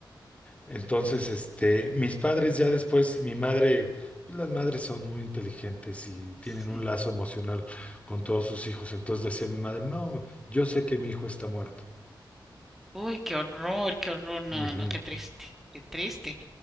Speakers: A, on the left; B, in the centre.
A: Entonces, este, mis padres ya después, mi madre, pues las madres son muy inteligentes y tienen
B: sí.
A: un lazo emocional con todos sus hijos. Entonces decía mi madre, no, yo sé que mi hijo está muerto.
B: Uy, qué horror, qué horror, no,
A: Ujú,
B: no, qué triste, qué triste.